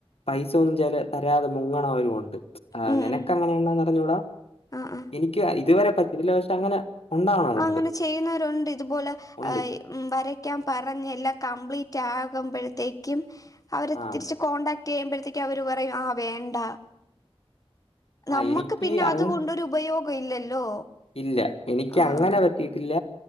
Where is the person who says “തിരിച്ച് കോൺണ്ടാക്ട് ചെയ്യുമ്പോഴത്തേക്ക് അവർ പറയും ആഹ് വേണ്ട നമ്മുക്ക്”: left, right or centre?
Left